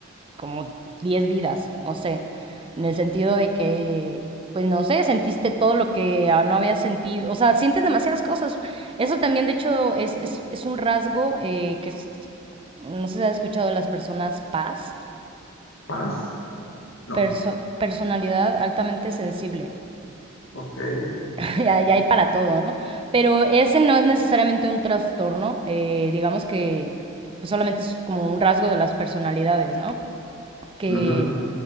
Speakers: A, on the right; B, on the left.
A: como 10 vidas, no sé, en el sentido de que, pues no sé, sentiste todo lo que ah, no habías sentido, o sea, sientes demasiadas cosas. Eso también, de hecho, es, es, es un rasgo eh, que es- no sé si has escuchado de las personas paz,
B: ¿Paz? No.
A: perso- personalidad altamente sensible.
B: Ok.
A: <laughs> ya, ya hay para todo, ¿no? Pero ese no es necesariamente un trastorno, eh, digamos que pues, solamente es como un rasgo de las personalidades, ¿no? que,
B: ujú,